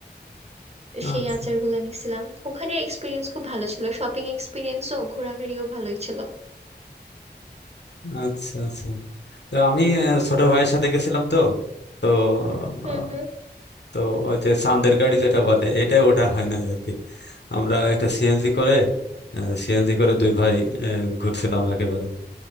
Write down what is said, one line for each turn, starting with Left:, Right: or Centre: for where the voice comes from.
Right: সেই
Left: আচ্ছা
Right: আচারগুলো নিছিলাম ওখানের এক্সপিরিয়েন্স খুব ভালো ছিল শপিং এক্সপিরিয়েন্সও ঘোরাঘুরিও ভালোই ছিল
Left: আচ্ছা আচ্ছা। তো আমি আহ, ছোট ভাইয়ের সাথে গেছিলাম তো তো
Right: হুম
Left: আহ,
Right: হুম
Left: তো ওই যে চান্দের গাড়ি যেটা বলে এটাই ওটা হয় না আর কি আমরা একটা সিএনজি করে সিএনজি করে দুই ভাই আহ, ঘুরছিলাম একেবারে